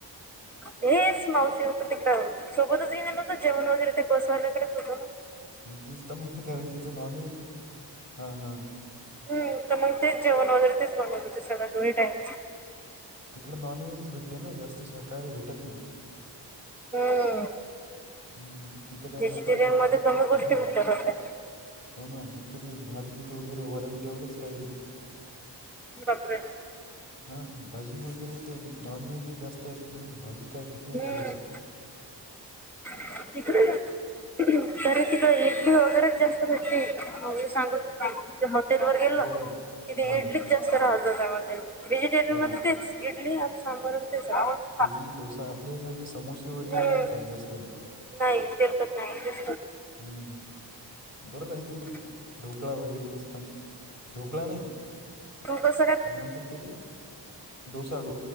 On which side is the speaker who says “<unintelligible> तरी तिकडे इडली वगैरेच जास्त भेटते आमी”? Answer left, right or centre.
Centre